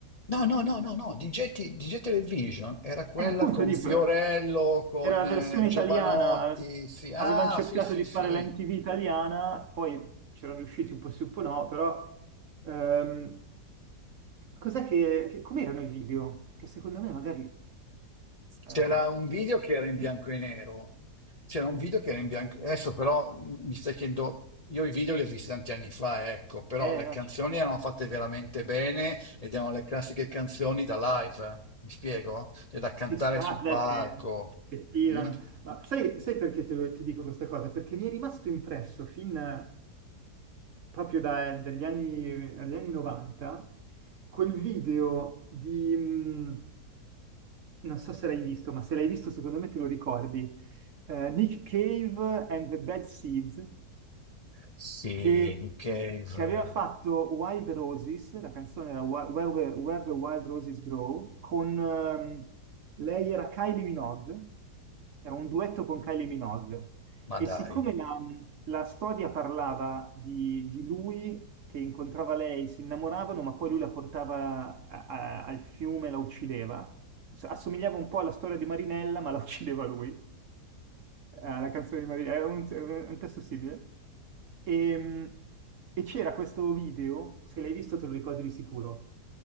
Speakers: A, on the left (about 40°); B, on the right (about 65°).
A: No, no, no, no, no, DJ, T- DJ Television era quella
B: E appunto
A: con
B: dico,
A: Fiorello,
B: era
A: con
B: era la
A: eh,
B: versione
A: Giovanotti,
B: italiana,
A: sì, ah,
B: avevano cercato
A: sì, sì,
B: di
A: sì,
B: fare la MTV italiana, poi c'erano riusciti un po' sì, un po' no, però ehm, cos'è che, che- com'erano i video? Perché secondo me magari... eh,
A: C'era un video che era in bianco
B: sì.
A: e nero. C'era un video che era in bianco. Adesso però mi stai chiedendo, io i video li ho visti tanti anni fa, ecco, però
B: Eh,
A: le
B: no,
A: canzoni
B: cioè,
A: erano fatte veramente bene ed erano le classiche canzoni da live, mi spiego? Cioè, da cantare
B: Sì, sì. Ah,
A: sul
B: beh,
A: palco.
B: che, che tirano.
A: mm?
B: Ma sai, sai perché te- ti dico questa cosa? Perché mi è rimasto impresso fin eh, proprio da- eh, dagli anni, dagli anni 90 quel video di, mh, non so se l'hai visto, ma se l'hai visto secondo me te lo ricordi, Eh, Nick Cave and the Bad Seeds.
A: Sì,
B: che,
A: Nick Cave,
B: che aveva fatto Wild Roses, la canzone era Wi- Where, Where- Where the Wild Roses Grow, con ehm, lei era Kylie Minogue, era un duetto con Kylie Minogue.
A: ma
B: E
A: dai.
B: siccome la, la storia parlava di, di lui che incontrava lei si innamoravano, ma poi lui la portava a- a- al fiume e la uccideva. S- Assomigliava un po' alla storia di Marinella, ma la uccideva lui. Alla canzone di Marinella, era un, era un testo simile. Ehm, E, c'era questo video, se l'hai visto te lo ricordi di sicuro,